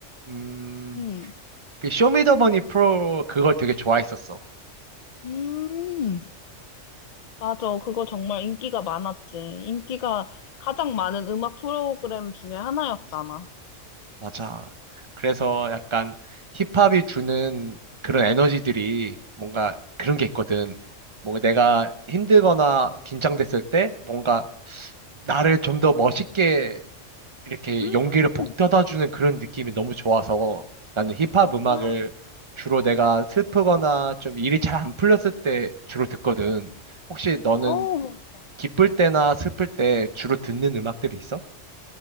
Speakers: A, on the right (about 30°); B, on the left (about 80°).
A: 음,
B: 음.
A: 그 쇼미더머니 프로 그걸 되게 좋아했었어.
B: 음. 맞아, 그거 정말 인기가 많았지. 인기가 가장 많은 음악 프로그램 중에 하나였잖아.
A: 맞아. 그래서 약간 힙합이 주는 그런 에너지들이 뭔가 그런 게 있거든. 뭔가 내가 힘들거나 긴장됐을 때 뭔가 나를 좀 더 멋있게 이렇게
B: 음,
A: 용기를 북돋아 주는 그런 느낌이 너무 좋아서 나는 힙합 음악을
B: 아,
A: 주로 내가 슬프거나 좀 일이 잘 안 풀렸을 때 주로 듣거든. 혹시 너는
B: 어, 그까
A: 기쁠 때나 슬플 때 주로 듣는 음악들이 있어?